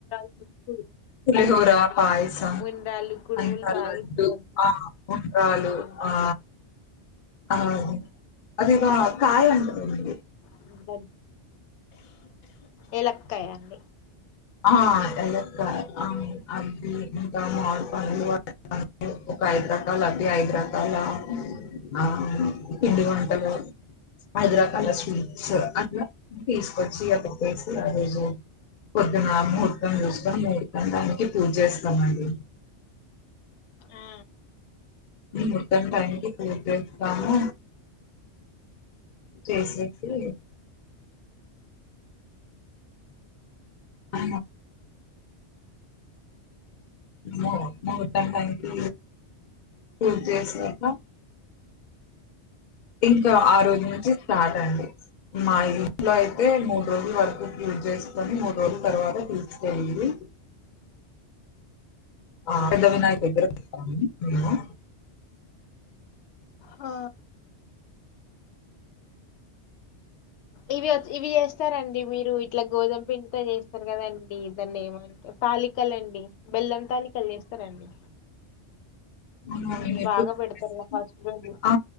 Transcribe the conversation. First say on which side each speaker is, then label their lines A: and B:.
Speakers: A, on the left; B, on the left.
A: <unintelligible>
B: పులిహోర పాయసం
A: ఉండ్రాళ్ళు కుడుములు
B: అంత
A: బాగా
B: లడ్డు
A: ఇస్తారు
B: ఆ ఉండ్రాలు
A: ఉమ్,
B: ఆ ఆ అది ఒక కాయ అంటరు అండి
A: <unintelligible> ఎలక్కయా అండి
B: ఆ ఎలక్కయ్ ఆమ్ అది ఇంకా మామిడి పండ్లు ఒక ఐదు రకాల అది ఐదు రాకాల ఆ పిండి వంటలు ఐదు రకాల స్వీట్స్ అట్లా తీసుకొచ్చి అక్కేడ ఎసి ఆ రోజు పొద్దున్న ముహూర్తం చూసుకొని ముహూర్తం టైంకి పూజేస్తామండి
A: ఆ
B: మొత్తం టైంకిి పూర్తిచేస్తాము చేసేసి అ ము ముహూర్తం టైం కీ పూర్తి చేసినక ఇంకా ఆ రోజు నుంచి స్టార్ట్ అండి మా ఇంట్లో అయితే మూడు రోజుల వరకు పూజేసుకొని మూడు రోజుల తర్వాత తీసుకెళ్ళి ఆ పెద్ద వినాయకుడి దగ్గర <unintelligible> మేము
A: ఆ ఇవి అచ్ ఇవి చెస్ స్తారండి మీరు ఇట్లా గోధుమ పిండి చేస్తారు కదండి దాన్ని ఏమంటర్ తాలికలండి బెల్లం తలికల్ చేస్తారా అండి
B: మ్మ్ ఎప్పుడు
A: బాగా పెడతారు కదా ఫస్ట్
B: <inaudible>
A: రోజు
B: ఆ